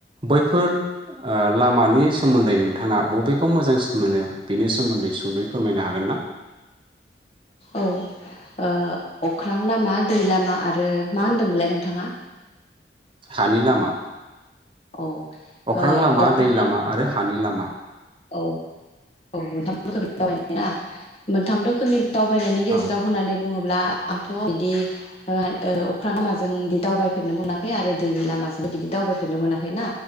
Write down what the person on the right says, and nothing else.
बैफोर ओ लामानि सोमोन्दै नोंथाङा बबेखौ मोजांसिन मोनो बिनि सोमोन्दै सुंद'यै फोरमायनो हागोन ना?
हानि लामा
अख्रां
लामा
दै लामा आरो हानि लामा।
औ